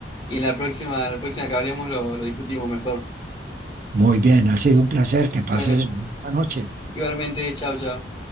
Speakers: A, on the left; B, on the right.
A: y en la próxima, en la próxima que hablemos lo, lo discutimos mejor.
B: Muy bien, ha sido un placer. Que pases
A: Bueno,
B: buena noche.
A: igualmente, chao, chao.